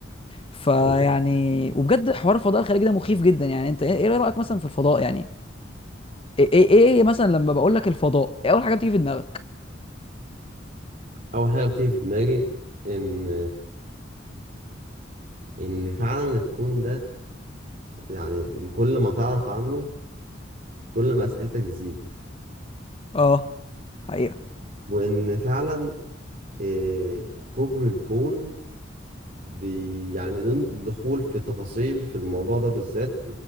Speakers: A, on the left; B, on the right.
A: فيعني
B: أيوة.
A: وبجد حوار الفضاء الخارجي ده مخيف جدا يعني انت ايه إيه رايك مثلا في الفضاء يعني ايه ايه, إيه إيه مثلا لما بقول لك الفضاء ايه اول حاجه بتيجي في دماغك
B: اول حاجه بتيجي في دماغي ان ان فعلا الكون ده يعني كل ما تعرف عنه كل ما اسئلتك تزيد
A: اه حقيقه
B: وان فعلا آه، كبر الكون بي يعني بدون دخول في تفاصيل في الموضوع ده بالذات